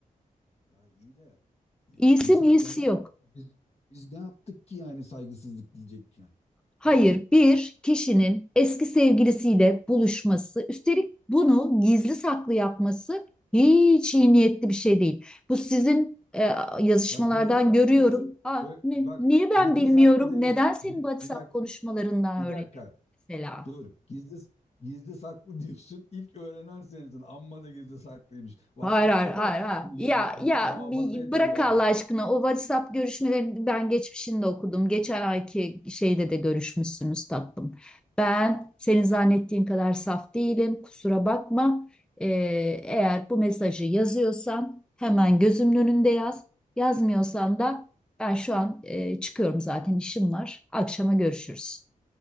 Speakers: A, on the left; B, in the centre.
A: Ya iyi de e,
B: İyisi
A: insan
B: mi iyisi
A: demez
B: yok.
A: mi? biz biz ne yaptık ki yani saygısızlık diyecek ya.
B: Hayır, bir kişinin eski sevgilisiyle buluşması, üstelik bunu gizli saklı yapması hiç iyi niyetli bir şey değil. Bu sizin e, yazışmalardan
A: Ya gizli saklı
B: görüyorum.
A: diyorsun.
B: Aa,
A: Ö-
B: ni-
A: Bak
B: niye ben
A: gizli
B: bilmiyorum?
A: saklı diyorsun.
B: Neden senin
A: Bir,
B: WhatsApp
A: bir dakika
B: konuşmalarından
A: bir
B: öğreniyorum
A: dakika
B: mesela?
A: dur. Gizli gizli saklı diyorsun. İlk öğrenen sensin. Amma da gizli saklıymış. WhatsApp'ta
B: Hayır hayır hayır.
A: da
B: hayır.
A: y-
B: Ya
A: y- bu-
B: ya
A: muhafaza
B: bir
A: ediyormuş.
B: bırak Allah aşkına o WhatsApp görüşmelerini ben geçmişinde okudum. Geçen ayki şeyde de görüşmüşsünüz tatlım. Ben senin zannettiğin kadar saf değilim. Kusura bakma. Ee, eğer bu mesajı yazıyorsan hemen gözümün önünde yaz. Yazmıyorsan da ben şu an e, çıkıyorum zaten işim var. Akşama görüşürüz.